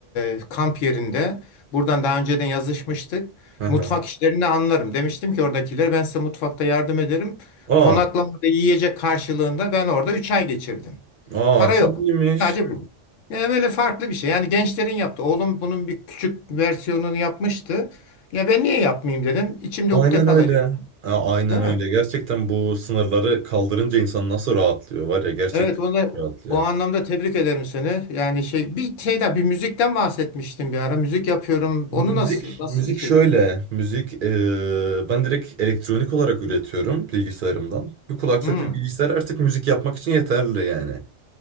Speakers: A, on the left; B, on the right.
A: e, kamp yerinde buradan daha önceden yazışmıştık.
B: Aha.
A: Mutfak işlerini anlarım. Demiştim ki oradakilere ben size mutfakta yardım ederim.
B: Aa.
A: Konaklamada yiyecek karşılığında ben orada 3 ay geçirdim.
B: Aa
A: Para
B: çok
A: yok.
B: iyiymiş.
A: Sadece bu. Yani böyle farklı bir şey. Yani gençlerin yaptı. Oğlum bunun bir küçük versiyonunu yapmıştı. Ya ben niye yapmayayım dedim. İçimde
B: Aynen
A: ukde kalacak,
B: öyle. Ha, aynen
A: değil
B: öyle.
A: mi?
B: Gerçekten bu sınırları kaldırınca insan nasıl rahatlıyor var ya gerçekten
A: Evet, onu
B: rahatlıyor.
A: o anlamda tebrik ederim seni. Yani şey bir şey daha bir müzikten bahsetmiştim bir ara. Müzik yapıyorum.
B: Müzik,
A: Onu nasıl nasıl
B: müzik
A: bir şey?
B: şöyle. Müzik eee, ben direkt elektronik olarak üretiyorum bilgisayarımdan. Bir kulaklık
A: Hmm.
B: bir bilgisayar artık müzik yapmak için yeterli yani.